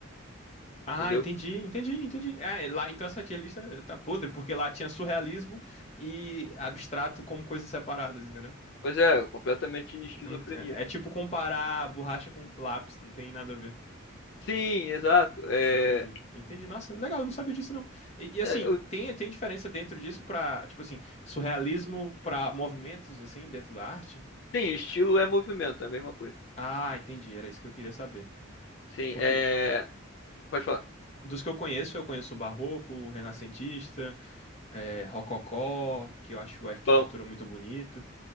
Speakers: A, on the left (about 35°); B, on the left (about 60°).
A: Ah,
B: entendeu?
A: entendi, entendi, entendi. É, é lá, então essa tier lista tá podre, porque lá tinha surrealismo e abstrato como coisas separadas, entendeu?
B: Pois é, completamente esquizofrenia.
A: Não te- é tipo comparar borracha com lápis, não tem nada a ver.
B: Sim, exato. É,
A: Entendi, entendi. Nossa, legal, eu não sabia disso não. E, e, assim,
B: é,
A: tem, tem diferença dentro disso pra, tipo assim, surrealismo pra movimentos, assim, dentro da arte?
B: Sim, estilo é movimento, é a mesma coisa.
A: Ah, entendi, era isso que eu queria saber.
B: Sim,
A: Porque
B: é. Pode falar.
A: dos que eu conheço, eu conheço o barroco, o renascentista, é, rococó, que eu acho a arquitetura
B: Bom,
A: muito bonita.